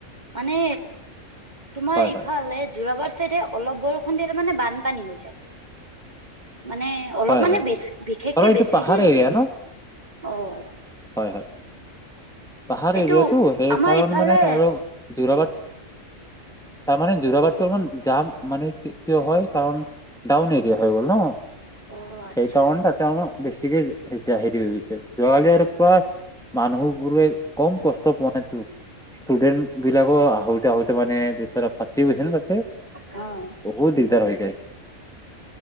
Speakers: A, on the right (about 35°); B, in the centre.
A: মানে তোমাৰ
B: হয়
A: ইফালে
B: হয়
A: যোৰাবাট চাইডে অলপ বৰষুণ দি তাৰমানে বানপানী হৈ যায়, মানে অলপ
B: হয়
A: মানে
B: হয়
A: বেছ বিশেষকে
B: কাৰণ এইটো
A: বেছিকে
B: পাহাৰ
A: দিছিলে,
B: এৰিয়া ন
A: অ'।
B: হয় হয়। পাহাৰ
A: এইটো
B: এৰিয়াটো সেইকাৰনে
A: আমাৰ ইফালে
B: মানে আৰু যোৰাবাট তাৰমানে জোৰাবাটটো অলমান জাম মানে কি কিয় হয় কাৰণ ডাউন এৰিয়া হৈ গ'ল ন'।
A: অ আচ্ছা।
B: সেইকাৰণ তাতে অলপ বেছিকে জাহিৰী হৈ গৈছে, যোৱাকালি আৰু পুৰা মানুহবোৰে কম কষ্ট পোৱা নাইতো। ষ্টুডেণ্টবিলাক আহোতে আহোতে মানে বেচেৰা ফাঁচি গৈছে ন' তাতে।
A: অ'।
B: বহুত দিগদাৰ হৈ যায়।